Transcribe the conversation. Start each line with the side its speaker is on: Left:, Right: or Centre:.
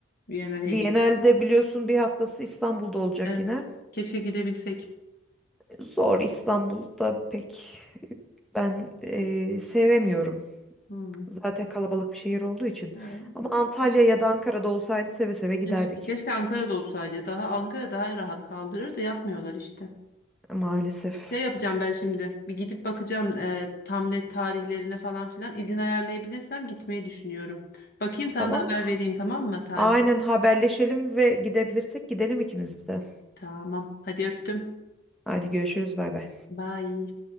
Left: VNL heyecanı.
Centre: Viyana'da biliyorsun bir haftası İstanbul'da olacak
Left: Evet.
Centre: yine.
Left: Keşke gidebilsek.
Centre: Zor İstanbul'da pek ben eee, sevemiyorum.
Left: Hı.
Centre: Zaten kalabalık bir şehir olduğu için.
Left: Ha,
Centre: Ama Antalya
Left: hiç-
Centre: ya da Ankara'da olsaydı seve seve giderdik.
Left: Keşke, keşke Ankara'da olsaydı. ya. Daha Ankara daha rahat kaldırır da yapmıyorlar işte.
Centre: Maalesef.
Left: Şey yapacağım ben şimdi. Bir gidip bakacağım e, tam net tarihlerine falan filan. İzin ayarlayabilirsem gitmeyi düşünüyorum. Bakayım sana
Centre: Tamam
Left: da haber
Centre: mı?
Left: vereyim tamam mı tarih?
Centre: Aynen haberleşelim ve gidebilirsek gidelim ikimiz de.
Left: Tamam. Hadi öptüm.
Centre: Hadi görüşürüz bay bay.
Left: Bye.